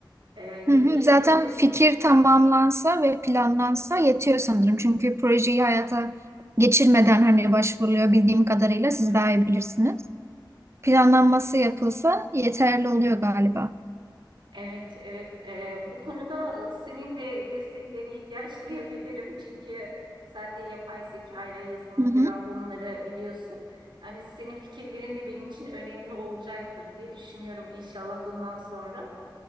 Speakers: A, on the right; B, on the right.
A: Ee,
B: Hı
A: dediğim
B: hı. Zaten
A: gibi
B: fikir
A: onu...
B: tamamlansa ve planlansa yetiyor sanırım. Çünkü projeyi hayata geçirmeden hani başvuruluyor bildiğim kadarıyla siz
A: Hı hı.
B: daha iyi bilirsiniz. Planlanması yapılsa yeterli oluyor galiba.
A: Evet, evet. Ee, bu konuda senin de desteklerine ihtiyaç <laughs> duyabilirim. Çünkü sen de yapay zeka ile yazılım
B: Hı hı.
A: falan bunları biliyorsun. Yani senin fikirlerin de benim için önemli olacaktır diye düşünüyorum inşallah bundan sonra.